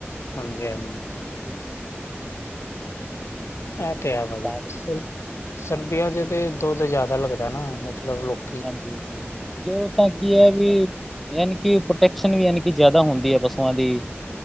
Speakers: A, on the left (about 80°); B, in the centre.
A: ਹਾਂਜੀ- ਹਾਂਜੀ। ਐਤੇ ਹੈ ਬਾਈ,
B: ਤਾਂ ਕਰਕੇ
A: ਸਰ, ਸਰਦੀਆਂ'ਚ ਤਾਂ ਦੁੱਧ ਜ਼ਿਆਦਾ ਲੱਗਦਾ ਨਾ, ਮਤਲਬ ਲੋਕ
B: ਹਾਂਜੀ, ਤੇ ਓ ਤਾਂ ਕੀ ਐ, ਵੀ ਯਾਨੀ ਕਿ, ਪ੍ਰੋਟੈਕਸ਼ਨ ਵੀ ਯਾਨੀ ਕਿ ਜ਼ਿਆਦਾ ਹੁੰਦੀ ਹੈ ਪਸੂਆਂ ਦੀ,